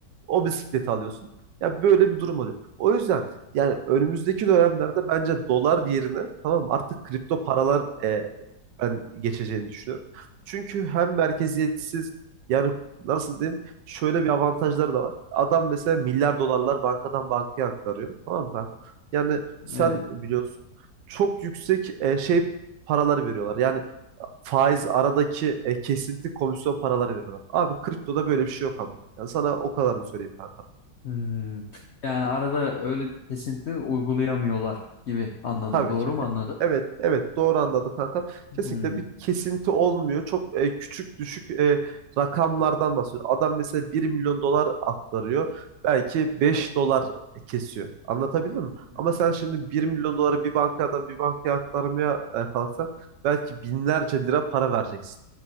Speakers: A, on the right; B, on the left.
A: O bisikleti alıyorsun. Ya böyle bir durum oluyor. O yüzden yani önümüzdeki dönemlerde bence dolar yerine tamam mı, artık kripto paralar e, ben geçeceğini düşünüyorum. Çünkü hem merkeziyetsiz yani nasıl diyeyim şöyle bir avantajları da var. Adam mesela milyar dolarlar bankadan bankaya aktarıyor. Tamam mı kanka? Yani sen
B: evet.
A: biliyorsun çok yüksek e, şey paraları veriyorlar. Yani faiz aradaki e, kesinti komisyon paraları veriyorlar. Abi kriptoda böyle bir şey yok ama. Yani sana o kadarını söyleyeyim kanka.
B: Hmm. Yani arada öyle bir kesinti uygulayamıyorlar gibi anladım.
A: Tabii
B: Doğru
A: ki.
B: mu anladım?
A: Evet, evet doğru anladım kankam.
B: Hmm.
A: Kesinlikle bir kesinti olmuyor. Çok e, küçük düşük e, rakamlardan bahsediyor. Adam mesela bir milyon dolar aktarıyor. Belki 5 dolar kesiyor. Anlatabildim mi?
B: Hmm.
A: Ama sen şimdi bir milyon doları bir bankadan bir bankaya aktarmaya e, kalksan belki binlerce lira para vereceksin.